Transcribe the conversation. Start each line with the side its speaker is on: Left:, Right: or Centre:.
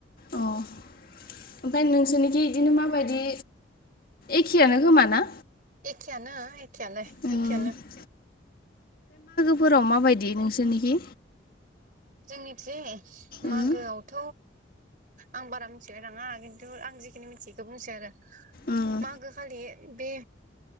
Left: अ ओमफ्राय नोंसोरनिखि बिदिनो माबायदि एखेयानो खोमाना
Right: एखेआनो एखेआलाय
Left: ओमफ्राय
Right: एखेआनो
Left: फोराव माबायदि नोंसोरनिखि
Right: जोंनिथिं मागोआवथ
Left: उम
Right: आं बारा मिथिलाय लाङा खिन्थु आं जे जोंनि मिथियैखौ बुंसै आरो
Left: उम
Right: मागो खालि बे